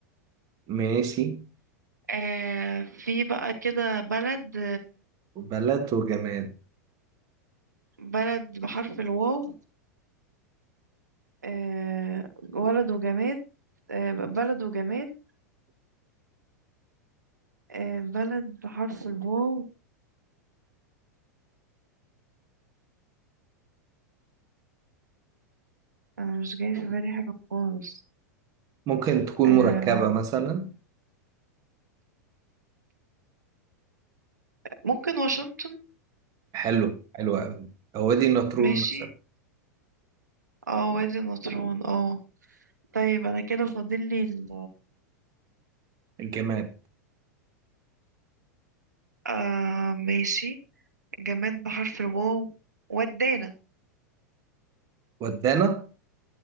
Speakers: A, on the right (about 40°); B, on the right (about 80°).
A: ماشي
B: آه، في بقى كده بلد
A: بلد وجماد
B: بلد بحرف الواو آه، ولد وجماد آه، بلد وجماد آه، بلد بحرف الواو انا مش جاي في بالي حاجة خالص
A: ممكن تكون
B: آه،
A: مركبة مثلا
B: ممكن واشنطن
A: حلو حلو أوي أو وادي النطرون
B: ماشي
A: مثلا
B: اه وادي النطرون اه طيب انا كده فاضل لي
A: الجماد
B: آه ماشي جماد بحرف الواو ودانا
A: ودانا